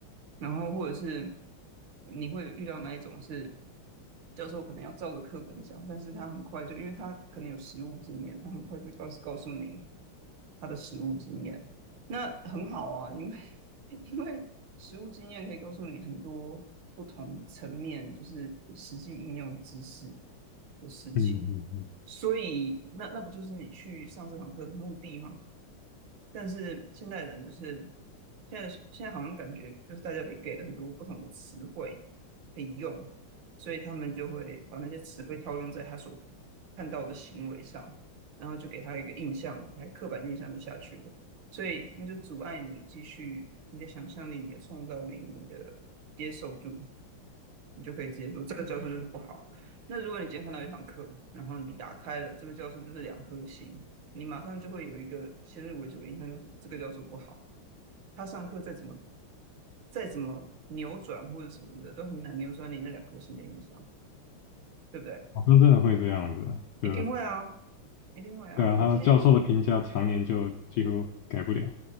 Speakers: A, on the right (about 70°); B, on the left (about 80°).
A: 然后或者是你会遇到那一种是教授可能要照着课本讲，但是他很快就，因为他可能有实务经验，他很快就告诉告诉你他的实务经验，那很好啊，因为 <laughs> 因为实务经验可以告诉你很多不同层面，就是实际应用知识的事情，
B: 嗯嗯嗯，
A: 所以那那不就是你去上这堂课的目的吗？但是现代人就是现在的现在好像感觉就是大家被给了很多不同的词汇可以用，所以他们就会把那些词汇套用在他所看到的行为上，然后就给他一个印象，来刻板印象就下去了，所以那就阻碍你继续你的想象力、你的创造力、你的接受度，你就可以接受这个教授就是不好。那如果你今天看到一堂课，然后你打开了这个教授就是两颗星。你马上就会有一个先入为主的印象，就是这个教授不好，他上课再怎么再怎么扭转或者什么的，都很难扭转你那两颗心的印象，对不对？
B: 好像真的会这样子，就
A: 一定会啊，一定会啊。
B: 对啊，
A: 你今天
B: 他教授的评价常年就几乎改不了，